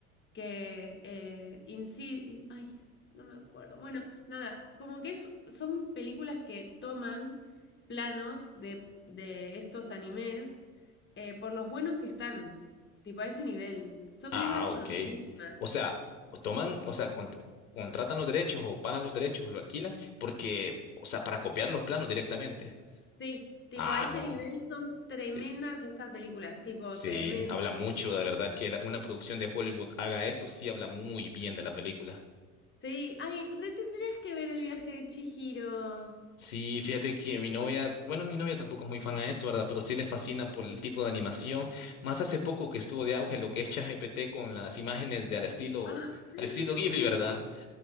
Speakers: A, on the left (about 25°); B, on the left (about 70°).
A: que eh, Insid- ay, no me acuerdo. Bueno, nada, como que es- son películas que toman planos de, de estos animes eh, por los buenos que están, tipo a ese nivel. Son
B: Ah,
A: películas conocidísimas.
B: ok. O sea, o toman, o sea, cont- contratan los derechos o pagan los derechos o lo alquilan porque, o sea, para copiar los planos directamente.
A: Sí, tipo,
B: Ah,
A: a ese
B: no.
A: nivel son tremendas
B: Sí,
A: estas películas, tipo,
B: sí,
A: tremendas.
B: habla mucho, la verdad que la- una producción de Hollywood haga eso, sí habla muy bien de la película.
A: Sí, ay, re tendrías que ver el viaje de Chihiro. Ah,
B: Sí, fíjate que mi novia, bueno, mi novia tampoco es muy fan a eso, ¿verdad? Pero sí le fascina por el tipo de animación. Más hace poco que estuvo de auge lo que es ChatGPT con las imágenes de al estilo,
A: <laughs>
B: al estilo Ghibli,
A: sí,
B: ¿verdad?